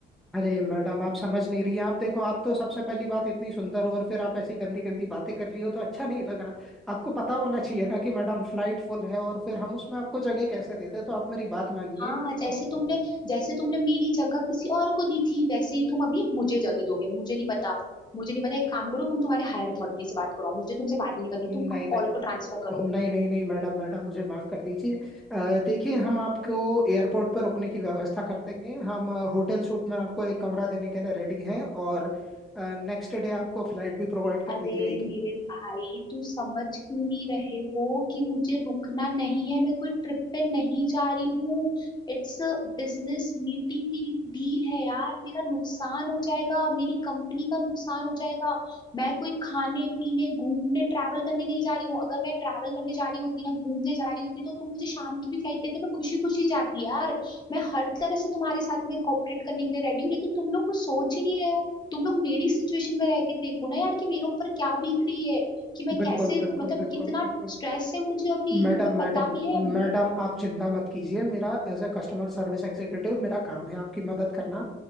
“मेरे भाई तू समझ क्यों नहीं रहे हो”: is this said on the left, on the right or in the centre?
Left